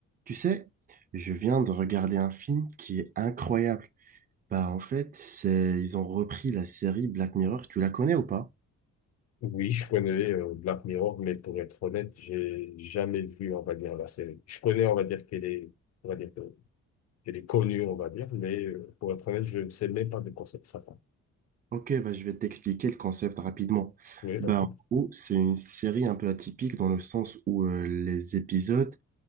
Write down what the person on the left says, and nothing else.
Oui, je connais euh, Black Mirror, mais pour être honnête, j'ai jamais vu, on va dire, la série. Je connais, on va dire, qu'elle est, on va dire, que- qu'elle est connue, on va dire, mais euh, pour être honnête, je ne sais même pas de quoi ça ça parle.
Oui, vas-y.